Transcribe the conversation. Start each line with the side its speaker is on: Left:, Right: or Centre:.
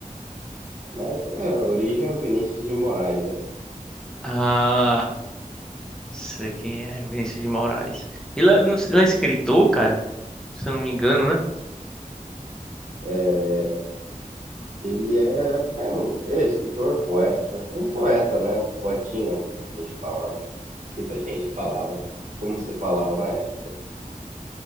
Right: Mas é, a origem é o Vinícius de Moraes, né?
Centre: Ah, sei quem é Vinícius de Moraes. Ele é, não sei- ele é escritor, cara? Se eu não me engano, né?
Right: Eh, ele é, é, um, é escritor, poeta. Era um poeta, né? Poetinha, que a gente falava. Quer dizer, a gente falava como se falava na época.